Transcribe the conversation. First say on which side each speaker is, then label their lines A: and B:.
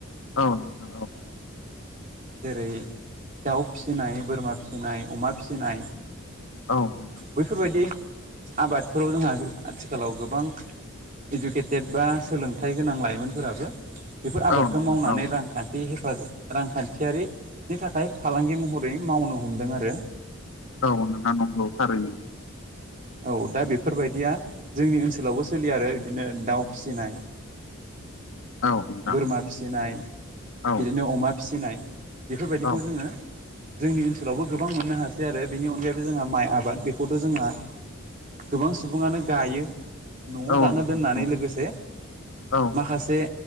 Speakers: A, on the left; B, on the right.
A: औ औ।
B: जेरै दाउ फिसिनाय बोरमा फिसिनाय अमा फिसिनाय।
A: नोंथां
B: बैफोरबायदि आबादफोराव जोंहा आथिखालाव गो बां गेदेद गेदेद बा सोलोंथाइ गोनां लाइमोनफोराबो बेफोर आबादखौ
A: औ नोंथां
B: मावनानै
A: औ
B: रांखान्थि नि हेफाजाब रांखान्थियारिनि थाखाय फालांगि महरै मावनो हमदों आरो।
A: औ नोंथां नंगौ थारैनो
B: औ दा बेफोरबायदिया जोंनि ओनसोलावबो सोलियो आरो बिदिनो दाउ फिसिनाय
A: औ नोंथां
B: बोरमा फिसिनाय
A: औ
B: बिदिनो अमा फिसिनाय। बेफोरबायदिखौ
A: औ
B: जोङो जोंनि ओनसोलावबो गोबां मोननो हासै आरो बेनि अनगायैबो जोंहा माइ आबाद बेखौथ' जोंहा गोबां सुबुङानो गायो। न'आव
A: औ
B: जानो
A: नोंथां
B: दोननानै लोगोसे
A: औ
B: माखासे